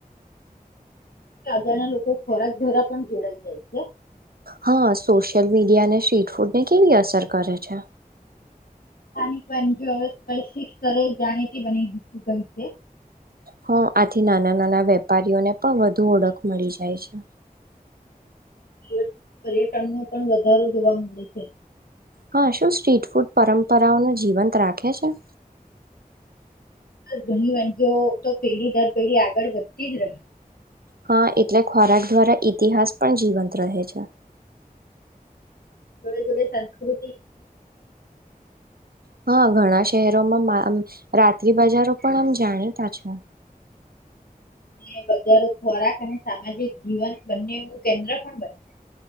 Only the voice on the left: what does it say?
રાજા ના લોકો ખોરાક ધ્વારા પણ જોડાઈ જાય છે.
સ્થાનિક વાનગી હવે સ્પર્શી સ્તરે જાણીતી બની દીધું ગઈ છે.
પર્ય પર્યટનનો પણ વધારો જોવા મળે છે.
બસ ઘણી વાનગીઓ તો પેઢી દર પેઢી આગળ વધતી જ રહી
જોડે જોડે સંસ્કૃતિ
રહી બજારો ખોરાક અને સામાજિક જીવન બંને નુ કેન્દ્ર પણ બને